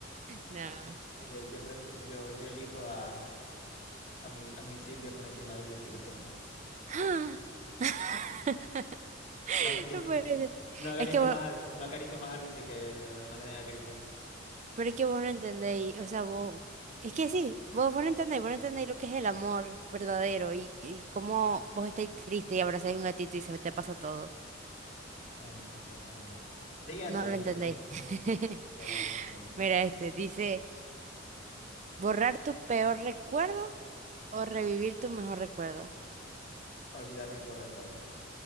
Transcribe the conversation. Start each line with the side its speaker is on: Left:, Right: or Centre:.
Right: No.
Left: Y que Yo, prefi- yo, yo elijo a, a mi, a mi Silvia por encima de Lucy, lo siento.
Right: ¡Ah! <laughs>
Left: No acaricio,
Right: No puede ser.
Left: no acaricio
Right: Es que vos,
Left: más a, no acaricio más a Lucy que los demás le den acaricia.
Right: pero es que vos no entendéis, o sea, vos, es que sí, vos, vos no entendéis, vos no entendéis lo que es el amor verdadero y, y cómo vos estáis triste y abrazáis un gatito y se te pasa todo.
Left: Em, esto, em, bueno, em, siguiente.
Right: No lo entendéis.
Left: <laughs>
Right: <laughs>
Left: Que No, no entiendo.
Right: Mira este, dice, borrar tu peor recuerdo o revivir tu mejor recuerdo.
Left: Olvidar mi peor recuerdo.